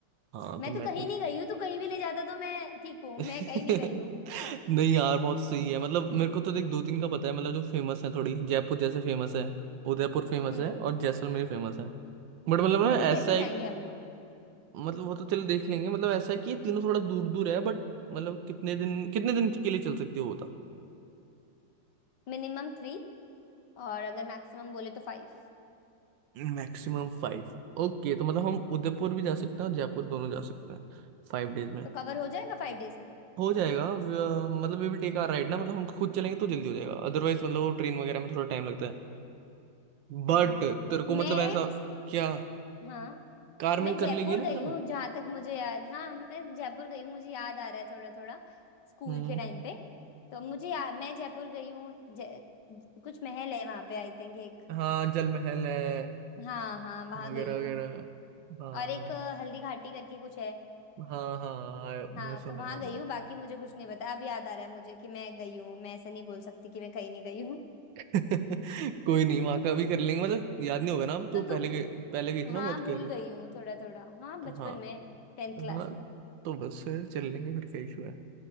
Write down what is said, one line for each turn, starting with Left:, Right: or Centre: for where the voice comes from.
Right: हाँ
Left: मैं
Right: तो मैं
Left: तो कहीं
Right: तो
Left: नहीं गई हूँ तू कहीं भी ले जाता तो मैं ठीक हूँ
Right: <laughs> नहीं
Left: मैं कहीं नहीं गई हूँ <laughs>
Right: यार बहुत सही है मतलब मेरे को तो देख दो तीन का पता है मतलब जो फेमस है थोड़ी जयपुर जैसे फेमस है उदयपुर फेमस
Left: हम्म
Right: है और जैसलमेर फेमस है बट मतलब ना
Left: तो फिर कैसे
Right: ऐसा एक
Left: जाएंगे हम लोग
Right: मतलब वो तो चलो देख लेंगे मतलब ऐसा है कि ये तीनों थोड़ा दूर दूर है बट मतलब कितने दिन कितने दिन के लिए चल सकते हो वो बता
Left: Minimum three और अगर मैक्सिमम बोले तो फाइव
Right: Maximum five ओके तो मतलब हम उदयपुर भी जा सकते हैं और जयपुर दोनों जा सकते हैं फाइव डेज में
Left: तो कवर हो जाएगा फाइव डेज में
Right: हो जाएगा व- मतलब we will take our ride ना मतलब हम खुद चलेंगे तो जल्दी हो जाएगा अदरवाइज मतलब वो ट्रेन वगैरह में थोड़ा टाइम लगता है बट
Left: हाँ
Right: तेरे को
Left: मैं
Right: मतलब ऐसा क्या
Left: हाँ
Right: कार
Left: मैं
Right: में कर
Left: जयपुर
Right: लेगी ना
Left: गई
Right: ट्रेवल
Left: हूँ जहां तक मुझे याद हाँ मैं जयपुर गई हूँ मुझे याद आ रहा है थोड़ा थोड़ा स्कूल
Right: हम्म
Left: के टाइम पे तो मुझे या, मैं जयपुर गई हूँ जय कुछ महल है वहां पे आई थिंक एक
Right: हाँ जल महल है
Left: हाँ हाँ वहां
Right: वगैरह
Left: गई हूँ
Right: वगैरह हाँ
Left: और एक अ, हल्दी घाटी करके कुछ है
Right: हाँ हाँ आयो-
Left: हाँ
Right: मैं सुना
Left: तो वहां
Right: है मतलब
Left: गई हूँ बाकी मुझे कुछ नहीं पता अब याद आ रहा है मुझे कि मैं गई हूँ मैं ऐसा नहीं बोल सकती कि मैं कहीं नहीं गई हूँ
Right: <laughs> कोई नहीं
Left: <laughs>
Right: वहां का भी कर लेंगे मतलब याद नहीं होगा ना अब तो
Left: तो तू
Right: पहले गए पहले गई थी
Left: हाँ
Right: ना बहुत
Left: भूल
Right: कह रही
Left: गई हूँ थोड़ा थोड़ा हाँ बचपन
Right: हाँ
Left: में टेंथ क्लास
Right: हाँ
Left: में
Right: तो बस से चल लेंगे फिर क्या इशू है